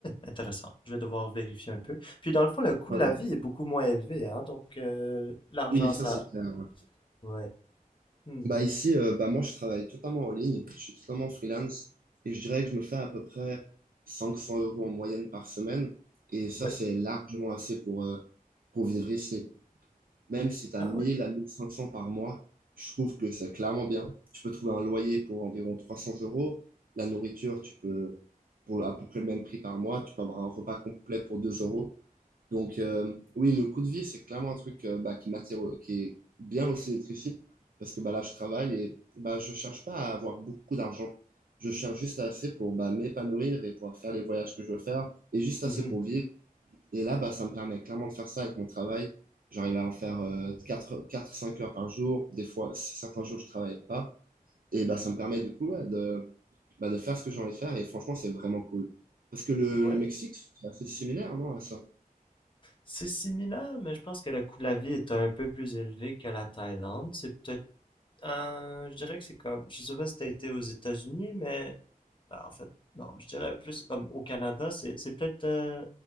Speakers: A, on the left; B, on the right.
A: intéressant. Je vais devoir vérifier un peu. Puis dans le fond, le coût
B: Ouais.
A: de la vie est beaucoup moins élevé, hein? Donc euh, l'argent,
B: Oui, ça,
A: ça.
B: c'est clair. ouais.
A: Ouais. Hmm.
B: Bah ici, euh, bah moi, je travaille totalement en ligne, je suis totalement freelance et je dirais que je me fais à peu près 500 euros en moyenne par semaine et ça,
A: Ouais.
B: c'est largement assez pour, euh, pour vivre ici. Même si tu as
A: Ah
B: 1000
A: ouais.
B: à 1500 par mois, je trouve que c'est clairement bien. Tu peux trouver un loyer pour environ 300 euros, la nourriture, tu peux, pour à peu près le même prix par mois, tu peux avoir un repas complet pour 2 euros. Donc, euh, oui, le coup de vie, c'est clairement un truc euh, bah, qui m'attire, euh, qui est bien aussi d'être ici, parce que bah, là, je travaille et bah, je cherche pas à avoir beaucoup d'argent. Je cherche juste assez pour bah, m'épanouir et pouvoir faire les voyages que je veux faire, et juste
A: Mhm.
B: assez pour vivre. Et là, bah, ça me permet clairement de faire ça avec mon travail. J'arrive à en faire euh, 4, 4, 5 heures par jour. Des fois, certains jours, je travaille pas. Et bah, ça me permet du coup ouais, de, bah, de faire ce que j'ai envie de faire. Et franchement, c'est vraiment cool. Parce que le,
A: Ouais.
B: le Mexique, c'est assez similaire, non, à ça?
A: C'est similaire, mais je pense que le coût de la vie est un peu plus élevé que la Thaïlande. C'est peut-être Euh, je dirais que c'est comme, je sais pas si t'as été aux États-Unis, mais bah, en fait, non, je dirais plus comme au Canada, c'est c'est peut-être euh,